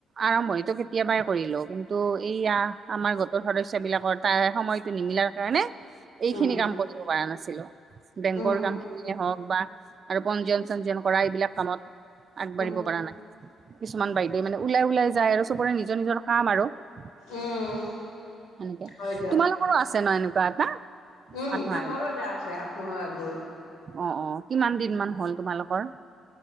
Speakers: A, on the right; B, on the left.
A: আৰম্ভণিটো কেতিয়াবাই কৰিলো কিন্তু এইয়া আমাৰ গোটৰ সদস্য বিলাকৰ তাৰে সময়টো নিমিলা কাৰণে এইখিনি
B: উম,
A: কাম কৰিব পৰা নাছিলো। বেংকৰ
B: উম,
A: কাম খিনিয়ে হওক বা আৰু পঞ্জীয়ন চঞ্জীয়ন কৰা এইবিলাক কামত আগবাঢ়িব
B: উম,
A: পৰা নাই কিছুমান বাইদেৱে মানে ওলাই ওলাই যায় আৰু সবৰে নিজৰ নিজৰ কাম আৰু সেনেকে
B: উম, হয় দিয়া।
A: তোমালোকৰো আছে ন এনেকুৱা এটা।
B: উম,
A: আত্মসহায়ক
B: আমাৰো এটা আছে আত্মসহায়ক গোট।
A: অ, অ কিমান দিন মান হল তোমালোকৰ?